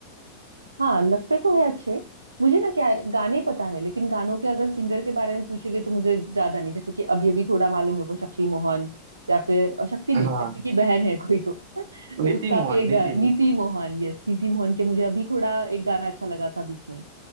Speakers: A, on the right (about 80°); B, on the right (about 60°).
A: हाँ लगते तो है अच्छे मुझे ना क्या है, गाने पता है लेकिन गानों के अगर सिंगर के बारे में पूछेंगे तो मुझे ज्यादा नहीं जैसे कि अभी अभी थोड़ा मालूम है वो शक्ति मोहन या फिर अ, शक्ति नहीं
B: हाँ
A: शक्ति की बहन है कोई तो <laughs> तो
B: नीति
A: उसका
B: मोहन
A: भी एक गा-
B: नीति नीति
A: नीति मोहन यस नीति मोहन के मुझे अभी थोड़ा एक गाना अच्छा लगा था बीच में